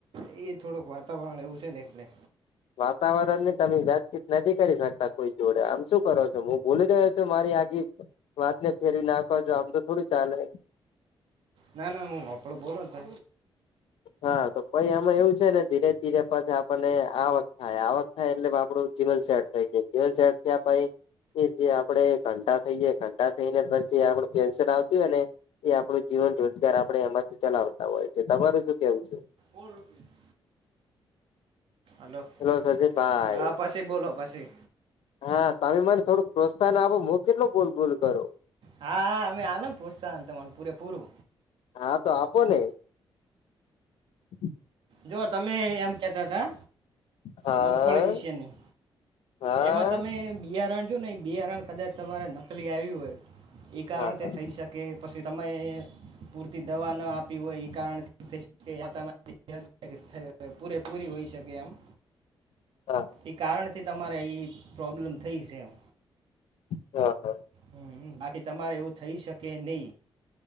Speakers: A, on the right; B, on the left.
A: એ થોડુંક વાતાવરણ એવું છે ને એટલે
B: વાતાવરણ ને તમે વાતચીત નથી કરી શકતા કોઈ જોડે આમ - શું કરો છો હું બોલી રહ્યો છું મારી આગી વાતને ફેરીવી નાખો છો આમ તો થોડું ચાલે
A: ના ના હું આપડો બોલો તો
B: હા તો પાઈ આમાં એવું છે ને ધીરે પછી આપણને આવક થાય આવક થાય એટલે આપણું જીવન શેર થઈ જાય જીવન શેર પછી એ જે આપડે ઘંટા થઈ ઘંટા થઈ ને પછી આપડ પેસર આવતી હોય ને એ આપણો જીવન રોજગાર આપડે એમાંથી ચલાવતા હોય છે તમારું શું કેવું છે.
A: ઓળ રૂપિયા હલો
B: હેલો સજીભાઈ
A: હા પછી બોલો પછી
B: હા તમે મને થોડુંક પ્રોત્સાહન આપો મુ કેટલું બોલ બોલ કરુ
A: હા હા અમે આલમ પ્રોત્સાહન તમાર પૂરે પૂરું
B: હા તો આપો ને <inaudible>
A: જો તમે એમ કેતા હતા
B: હા
A: મગફળી વિશેની
B: હા
A: એમાં તમે બિયારણ જો ને એ બિયારણ કદાચ તમારે નકલી આવ્યું હોય એ કારણ
B: હા
A: તે
B: હા
A: થઈ શકે કે પછી સમયે પૂરતી દવા ન આપી હોય એ કારણથી તમા પૂરે પૂરી હોઈ શકે આમ.
B: હા
A: એ કારણથી તમારે એ પ્રોબ્લેમ થઈ છે એમ.
B: <unintelligible>
A: હ બાકી તમારે એવું થઈ શકે નહિ